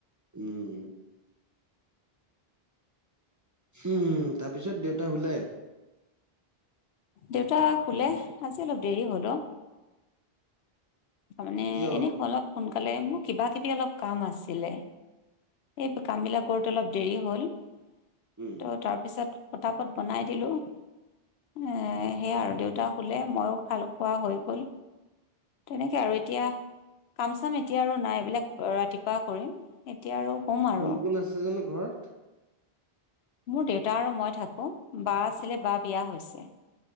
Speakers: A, on the right; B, on the left.
A: উম। উমম তাৰ পিছত দেউতা শুলে।
B: দেউতা শুলে আজি অলপ দেৰি হ'ল অ। তাৰ মানে
A: কিয়
B: এনে অলপ সোনকালে মোৰ। কিবা কিবি অলপ কাম আছিলে? এই কামবিলাক কৰোতে অলপ দেৰি হ'ল। ত
A: উম
B: তাৰ পিছত পতাপত বনাই দিলোঁ। এ, সেইয়া আৰু দেউতা শুলে ময়ো খালো, খোৱা হৈ গ'ল। তেনেকে আৰু এতিয়া! কাম চাম এতিয়া আৰু নাই। এইবিলাক ৰাতিপুৱা কৰিম এতিয়া আৰু! শুম আৰু
A: কোন কোন আছে জানো ঘৰত?
B: মোৰ দেউতা আৰু মই থাকো। বা আছিলে বা বিয়া হৈছে।